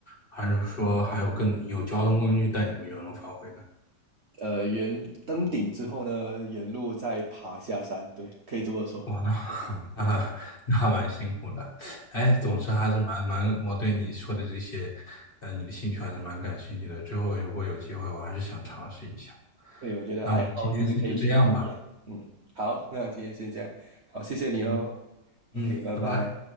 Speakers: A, on the left; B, on the right.
A: 还是说还有更有交通工具带你们原路返回呢？
B: 呃，沿登顶之后呢，沿路再爬下山，对，可以这么说。
A: 哇，那 <laughs> 那那还蛮辛苦的。哎，总之还是蛮蛮，
B: 嗯，
A: 我对你说的这些，呃，你的兴趣还是蛮感兴趣的。之后如果有机会，我还是想尝试一下。
B: 对，我觉得爱好就是可以去不一样。
A: 那我们今天先就这样吧。
B: 嗯，好，那今天先这样，好，谢谢你哦。
A: 嗯嗯，
B: OK，拜拜。
A: 拜拜。